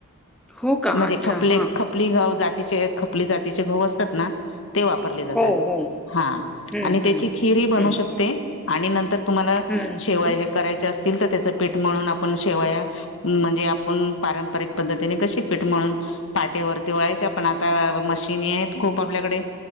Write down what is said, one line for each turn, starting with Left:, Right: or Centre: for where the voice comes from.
Centre: हो का?
Left: म्हणजे
Centre: अच्छा.
Left: खपले
Centre: हां.
Left: खपली गहू जातीचे खपली जातीचे गहू असतात ना ते वापरले जातात
Centre: हो, हो.
Left: हा
Centre: हं,
Left: आणि
Centre: हं,
Left: त्याची
Centre: हं.
Left: खीरही बनू
Centre: हं,
Left: शकते
Centre: हं.
Left: आणि नंतर तुम्हाला
Centre: हं,
Left: शेवाय
Centre: हं.
Left: करायचे अस असतील तर आपण त्याच पीठ मळून आपण शेवया म्हणजे आपण पारंपरिक पद्धतीने कशी पीठ मळून पाटेवररती वळायची पण आता मशीनी आहेत खूप आपल्याकडे